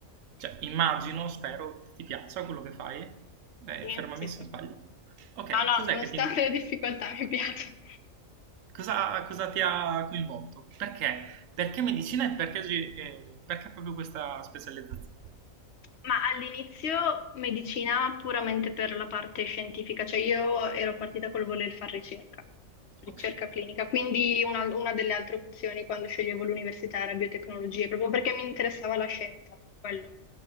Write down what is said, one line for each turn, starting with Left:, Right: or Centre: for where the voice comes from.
Right: Cioè, immagino, spero, ti piaccia quello che fai. Eh,
Left: sì,
Right: fermami
Left: sì,
Right: se
Left: sì.
Right: sbaglio. Ok,
Left: No, no,
Right: cos'è
Left: nonostante
Right: che ti...
Left: le difficoltà mi piace.
Right: Cosa, cosa ti ha coinvolto? Perché? Perché medicina e perché, gi- eh, perché proprio questa specializzazione?
Left: Ma all'inizio medicina puramente per la parte scientifica, cioè io ero partita col voler fare ricerca, ricerca
Right: Ok,
Left: clinica, quindi una, una delle altre opzioni quando sceglievo l'università era biotecnologie, proprio perché mi interessava la scienza, quello.